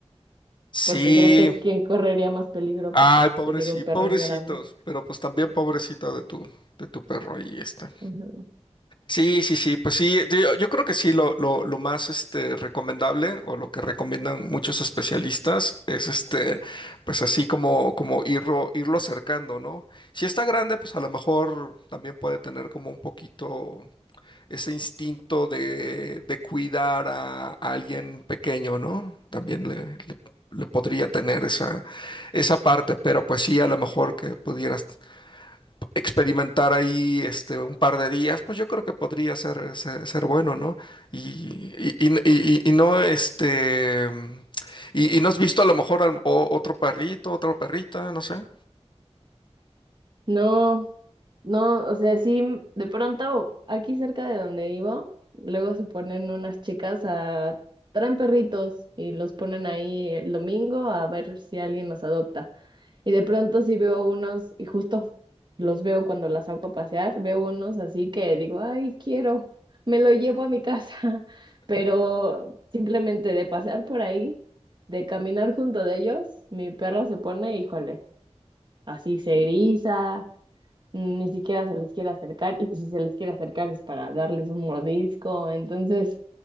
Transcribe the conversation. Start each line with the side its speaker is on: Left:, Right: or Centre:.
Left: Sí,
Right: porque creo que es quien correría más peligro,
Left: ay,
Right: porque pues
Left: pobrecito,
Right: te digo, el perro
Left: pobrecitos,
Right: es grande.
Left: pero pues también pobrecito de tu, de tu perro ahí, este.
Right: Ujú.
Left: Sí, sí, sí, pues sí, yo, yo creo que sí, lo, lo, lo más este, recomendable o lo que recomiendan muchos especialistas es este, pues así como, como irlo, irlo acercando, ¿no? Si está grande, pues a lo mejor también puede tener como un poquito ese instinto de, de cuidar a, a alguien pequeño, ¿no? También le, le- le podría tener esa, esa parte, pero pues sí, a lo mejor que pudieras experimentar ahí este, un par de días, pues yo creo que podría ser, ser, ser bueno, ¿no? Y, y- y- y- y no, este, y, y no has visto a lo mejor al- o- otro perrito, otra perrita, no sé.
Right: No, no, o sea, sí, de pronto aquí cerca de donde vivo, luego se ponen unas chicas a traen perritos y los ponen ahí el domingo a ver si alguien los adopta. Y de pronto sí veo unos, y justo los veo cuando las saco a pasear, veo unos así que digo, ay, quiero, me lo llevo a mi casa, <laughs> pero simplemente de pasear por ahí, de caminar junto de ellos, mi perro se pone, híjole, así se eriza, mm, ni siquiera se les quiere acercar y si se les quiere acercar es para darles un mordisco. Entonces,